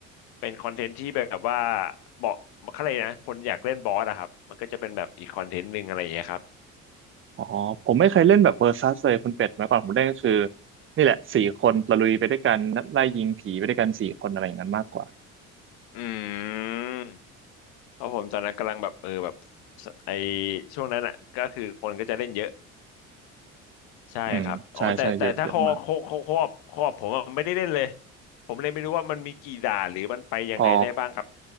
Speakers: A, on the left; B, on the right.
A: เป็นคอนเทนต์ที่แบบว่าเหมาะเขาเลยกนะคนอยากเล่นบอสอะครับมันก็จะเป็นแบบอีกคอนเทนต์หนึ่งอะไรอย่างเงี้ยครับ
B: อ๋อผมไม่เคยเล่นแบบเวอร์ซัสเลยคุณเป็ดมาก่อนผมเล่นก็คือนี่แหละสี่คนตะลุยไปด้วยกันไล่ยิงผีไปด้วยกันสี่คนอะไรอย่างนั้นมากกว่า
A: อืมเพราะผมตอนนั้นกำลังแบบเออแบบสไอช่วงนั้นอะก็คือคนก็จะเล่นเยอะใช่ครับอ๋อแต่แต่ถ้าเขาเขาเขาเขาเขาผมอะไม่ได้เล่นเลย
B: อืมใช่ใช่เยอะเยอะมาก
A: ผมเลยไม่รู้ว่ามันมีกี่ด่านหรือมันไปยังไงได้บ้างครับ
B: อ๋อ